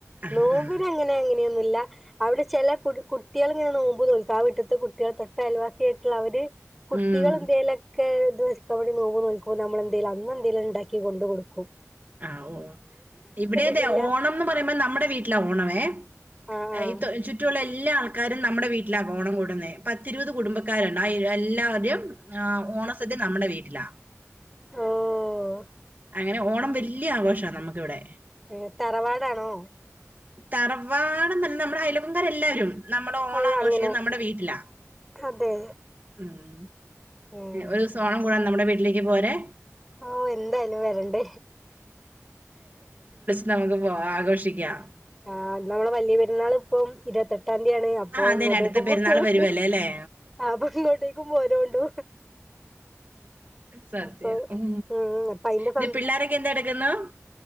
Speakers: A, on the right; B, in the centre.
A: ആഹ്
B: നോമ്പിനങ്ങനെ
A: ആഹ്
B: ഇങ്ങനെയൊ ന്നില്ല, അവടെ ചെല കു കുട്ട്യേള്ങ്ങനെ നോമ്പ്നോൽക്കും ആ വിട്ട്ന്ന് ത്തെ കുട്ട്യോള് തൊട്ടഅയൽവാസിയായിട്ടുള്ള അവര് കുട്ടികളെന്തെലൊക്കെ
A: ഉം
B: <unintelligible> അവര് നോവ് നോൽക്കുമ്പോ നമ്മളെന്തേലും അന്നെന്തെലും ഇണ്ടാക്കി കൊട്ക്കും
A: ആഹ് ഓഹ് ഇവടെതെ
B: ഇതില്ല
A: ഓണംന്ന് പറയുമ്പം നമ്മടെ വീട്ടിലാ ഓണം ഏഹ്
B: ആഹ് ആഹ്
A: അയിതൊ ചുറ്റ് റ്റുള്ള എല്ലാ ആൾക്കാരും നമ്മടെ വീട്ടിലാ ഓണം കൂടുന്നേ പത്തിരുപത് കുടുംബക്കാരുണ്ട് ആ എല്ലാരും ആഹ് ഓണസദ്യ നമ്മുടെ വീട്ടിലാ
B: ഓഹ്
A: അങ്ങനെ ഓണം വെല്ല്യാഘോഷ നമ്മക്കിവടെ
B: ഏഹ് തറവാടാണോ
A: തറവാടന്നല്ല മ്മടെ അയലുംങ്കര എല്ലാരും. ന്നമ്മടെ ഓണാഘോഷി
B: ഓ അങ്ങനെ
A: ന്നമ്മടെ വീട്ടിലാ
B: അതെ
A: ഉം.
B: ഉം
A: ഒരു സൊണം കൂടാ നമ്മടെ വീട്ടിലേക്ക് പോരേ.
B: ഓഹ് എന്തായാലും വരണ്ട്.
A: ന്നമുക്ക് പോ ആഘോഷിക്യാം.
B: ആഹ് ന്നമ്മള വല്ല്യാ പെരുന്നാള്പ്പം ഇരുവത്തെട്ടാന്തി ആണ് അപ്പൊ
A: ആ അതെ
B: ഇങ്ങോട്ടേക്കുമ്പ
A: അടുത്ത പെരുന്നാൾ
B: <unintelligible>
A: വരുവല്ലേ അല്ലേ
B: ആഹ് ആപ്പൊ ഇങ്ങോട്ടേക്കും പോരോണ്ടു.
A: സത്യ
B: അപ്പൊ
A: ഉം
B: അപ്പൊ അയിന്റെ
A: തെ പിള്ളോരൊക്കെ എന്തട്ക്കുന്നു?